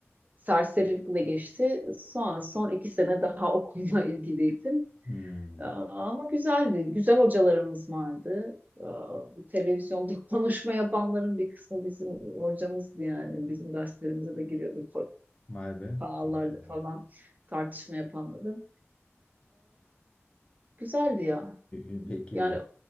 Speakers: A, on the right (about 35°); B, on the left (about 25°).
A: serserilikle geçti. Sonra son iki sene daha <laughs> okulla ilgiliydim.
B: Hmm,
A: Ama güzeldi. Güzel hocalarımız vardı. Bu televizyonda <laughs> konuşma yapanların bir kısmı bizim hocamızdı yani. Bizim derslerimize de giriyordu
B: vay be.
A: kanallarda
B: Çok güzel.
A: falan tartışma yapanları. Güzeldi ya.
B: Ü- ü- Peki
A: Yani